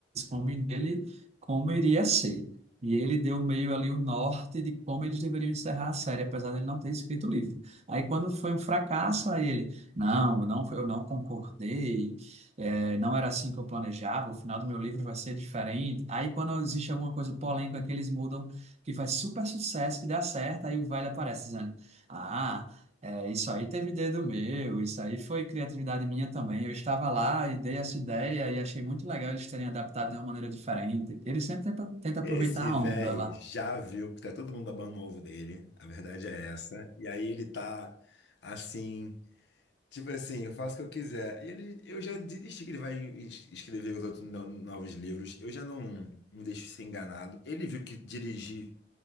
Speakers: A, on the right (about 40°); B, on the left (about 70°).
A: combem nele, como iria ser. E ele deu meio ali o norte de como eles deveriam encerrar a série, apesar dele não ter escrito o livro. Aí quando foi um fracasso, aí ele, não, não, foi- eu não concordei, eh, não era assim que eu planejava, o final do meu livro vai ser diferente. Aí quando existe alguma coisa polêmica que eles mudam, que faz super sucesso, que dá certo, aí o velho aparece dizendo, ah, é, isso aí teve dedo meu, isso aí foi criatividade minha também. Eu estava lá e dei essa ideia e achei muito legal eles terem adaptado de uma maneira diferente. Eles sempre tentam tenta aproveitar
B: Esse
A: a
B: velho
A: onda lá.
B: já viu que tá todo mundo babando o ovo dele. A verdade é essa. E aí ele tá assim, tipo assim, eu faço o que eu quiser. Ele, eu já desisti que ele vai es- escrever os outros no- novos livros. Eu já não não deixo ser enganado. Ele viu que dirigir